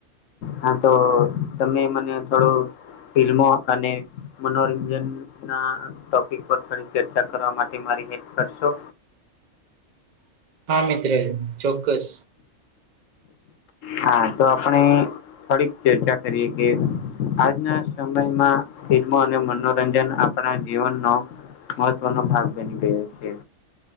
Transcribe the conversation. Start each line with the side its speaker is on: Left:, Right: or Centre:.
Left: હા તો તમે મને થોડું ફિલ્મો અને મનોરંજન ના ટોપિક પર થોડી ચર્ચા કરવા માટે મારી હેલ્પ કરશો
Right: હા મિત્ર ચોક્કસ
Left: હા તો આપણે થોડીક ચર્ચા કરીએ કે આજના સમયમાં ફિલ્મો અને મનોરંજન આપણા જીવનનો મહત્વનો ભાગ બની ગયો છે